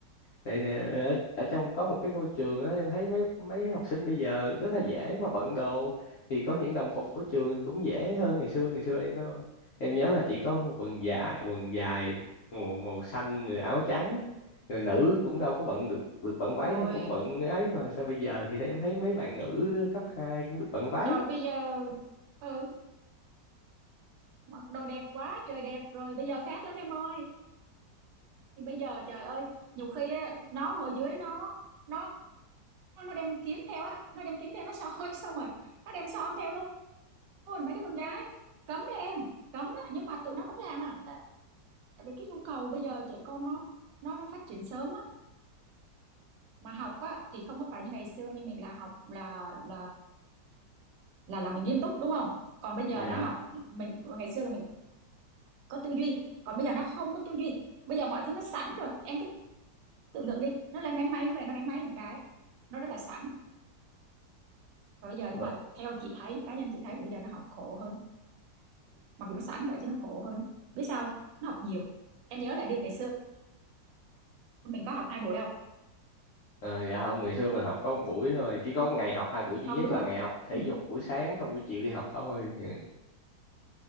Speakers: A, on the left (about 85°); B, on the right (about 80°).
A: này nè ở trong có một cái ngôi trường á em thấy mấy mấy học sinh bây giờ rất là dễ mà bận đồ thì có những đồng phục của trường cũng dễ hơn ngày xưa ngày xưa em đó em nhớ là chỉ có quần dài quần dài màu màu xanh rồi áo trắng rồi nữ cũng đâu có bận được được bận váy
B: ôi,
A: đâu cũng bận ấy mà sao bây giờ thì em thấy mấy bạn nữ cấp 2 cũng được bận váy
B: trời bây giờ Ừ, mặc đồ đẹp quá trời đẹp rồi bây giờ khác lắm em ơi. Bây giờ trời ơi, nhiều khi á, nó ngồi dưới nó nó nó đem kiếm theo á, nó đem kiếm theo nó soi <laughs> xong rồi, nó đem son theo luôn. luôn mấy đứa con gái cấm đấy em, cấm á nhưng mà tụi nó vẫn làm à. Tại tại vì cái nhu cầu bây giờ trẻ con nó nó nó phát triển sớm á mà học á thì không có phải như ngày xưa như mình là học là là là là mình nghiêm túc đúng không còn bây giờ
A: dạ
B: nó học mình ngày xưa là mình có tư duy còn bây giờ nó không có tư duy bây giờ mọi thứ nó sẵn rồi em cứ tưởng tượng đi nó lên đánh máy nó về nó đánh máy một cái nó rất là sẵn và bây giờ
A: vâng.
B: nhưng mà theo chị thấy cá nhân chị thấy thì bây giờ nó học khổ hơn mặc dù nó sẵn vậy chứ nó khổ hơn biết sao không? nó học nhiều em nhớ lại đi ngày xưa mình có học hai buổi không
A: Ờ, dạ không ngày xưa mình học có một buổi thôi chỉ có ngày học hai buổi duy
B: không
A: nhất
B: đúng
A: là
B: không
A: ngày học thể
B: ừ.
A: dục buổi sáng xong buổi chiều đi học thôi Dạ.